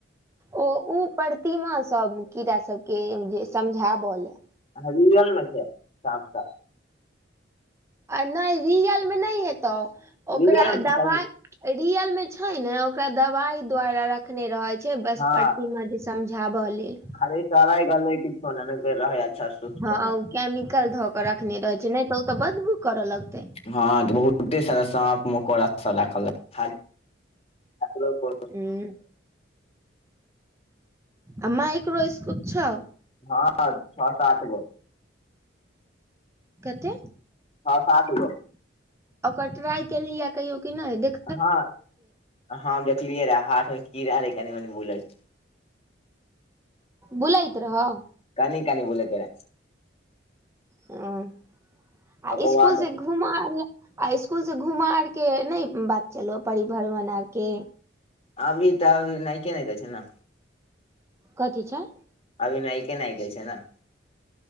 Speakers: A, on the right; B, on the left.
A: ओ, उ प्रतिमा सब कीड़ा सबके जे समझाब ले।
B: हं रियलमे छै सांप सब।
A: अ नै रियलमे नै हेतौ
B: सब
A: ओकरा
B: रियल मे छै
A: दवाइ
B: सही
A: रियल में छै ने ओकरा दवाई द्वारा रखने रहै छै बस
B: हँ
A: प्रतिमा जैस समझाब लेल।
B: <unintelligible>
A: हँ ओ केमिकल ध क रखने रहै छै नै त ओ त बदबू कर लगतै
B: हँ बहुते सारा साँप मकोड़ा सब राखल रहै। <inaudible> <unintelligible>
A: हुं। आ माइक्रो स्कोप छौ?
B: हँ छ सात गो।
A: कते?
B: छ सात गो।
A: <inaudible> ओकर ट्राई केलहीए कहियो कि नै देख
B: हं <inaudible> हं देखलियै रहा हाथमे कीड़ा रहै कनी मनी बुलैत।
A: बुलैत रहौ?
B: कनी कनी बुलैते रहा।
A: हं <inaudible> आ
B: ओकर
A: इसकुल
B: बाद
A: से घुम आर आ इसकूल स घुम आर के नै बात चललौ परिभरमण आर के?
B: अभी त अबी नैके ने दै छै ने।
A: कथी छै?
B: अभी नाइके नाइके छै न।